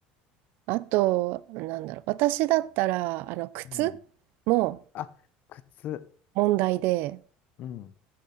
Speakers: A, on the right; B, on the left.
A: あと、なんだろう。私だったら、あの、靴
B: うん。
A: も
B: あ、靴。
A: 問題で、
B: うん。